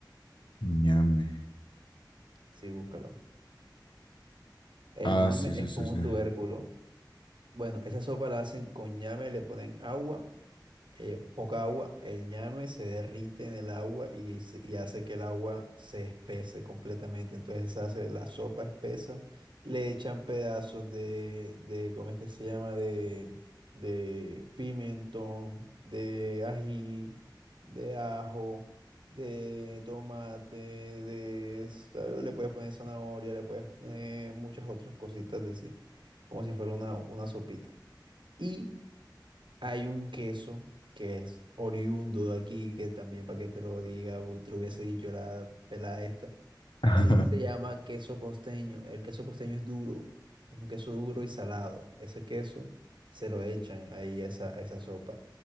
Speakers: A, on the left; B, on the right.
A: Ñame.
B: sí, búscalo. El
A: Ah,
B: ñame
A: sí,
B: es
A: sí, sí,
B: como
A: sí.
B: un
A: <laughs>
B: tubérculo. Bueno, esa sopa la hacen con ñame, le ponen agua. eh, poca agua, el ñame se derrite en el agua y, se- y hace que el agua se espese completamente. Entonces se hace la sopa espesa, le echan pedazos de, de ¿cómo es que se llama? De, de pimentón, de ají, de ajo, de tomate, de... sa- Le puedes poner zanahoria, le puedes poner muchas otras cositas de sí, como si fuera una, una sopita. Y hay un queso que es oriundo de aquí, que también para que te lo diga, u- te lo hubiese dicho la pelada esta,
A: Ajá.
B: que se llama queso costeño. El queso costeño es duro, es un queso duro y salado. Ese queso se lo echan ahí a esa, a esa sopa.